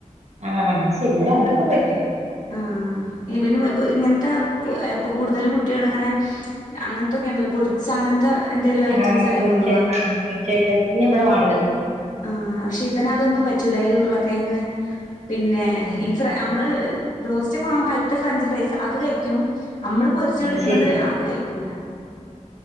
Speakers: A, on the right; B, on the left.
A: ആഹ് അയ്ശരി ഇവടെ അതൊക്കെ പറ്റും.
B: ആ ഇ പിന്ന ഇ ഇങ്ങനത്തെ ഇപ്പോൾ കൂടുതലും കുട്ടികളിങ്ങനെ അങ്ങനത്തെ ക്കെണല്ലോ പൊരിച്ച അങ്ങനത്തെ എന്തേലും ഐറ്റംസ്
A: ആഹ് ആഹ്
B: അല്ലേ
A: പൊരിച്ച
B: കൊണ്ടോവാ
A: ഐറ്റംസ് തന്നെ ഇബടെ വാണ്ടതും.
B: ആഹ് പക്ഷെ ഇവനതൊന്നും പറ്റൂല ഈ ഉരുളൊക്കെഴങ്ങ് പിന്നെ
A: ഉം
B: ഈ ഫ്ര നമ്മള് ബ്രോസ്റ്റ് ഒക്കെ വാങ്ങുമ്പോൾ അയ്ത്ത ഫ്രഞ്ച് ഫ്രൈസ് അത് കഴിക്കും. നമ്മള് പൊരിച്ച്
A: അത്
B: കൊടുക്കണത്
A: ശരി
B: അത് കഴിക്കൂല.